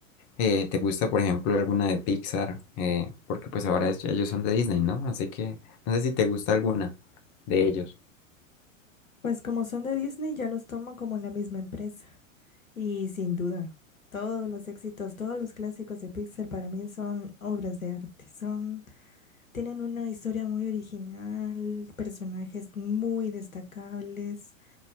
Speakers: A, on the left; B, on the left.
A: eh, ¿te gusta por ejemplo alguna de Pixar? Eh, porque pues ahora es- ellos son de Disney, ¿no? Así que no sé si te gusta alguna de ellos.
B: Pues como son de Disney, ya los tomo como la misma empresa. Y sin duda, todos los éxitos, todos los clásicos de Pixar para mí son obras de arte. Son, tienen una historia muy original, personajes muy destacables.